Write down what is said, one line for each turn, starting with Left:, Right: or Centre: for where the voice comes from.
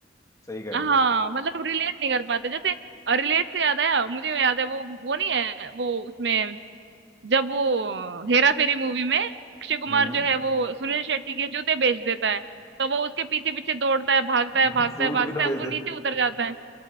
Left: सही कह
Right: हाँ
Left: रहे हो यार
Right: मतलब रिलेट नहीं कर पाते जैसे रिलेट से याद आया मुझे याद है वो वो नहीं है वो उसमें जब वो हेरा फेरी मूवी में अक्षय कुमार
Left: हम्म
Right: जो है वो सुनील शेट्टी के जूते बेच देता है तो वो उसके पीछे पीछे दौड़ता है भागता
Left: <laughs>
Right: है भागता
Left: सूट
Right: है भागता
Left: भी तो
Right: है
Left: बेच
Right: वो नीचे उतर जाता है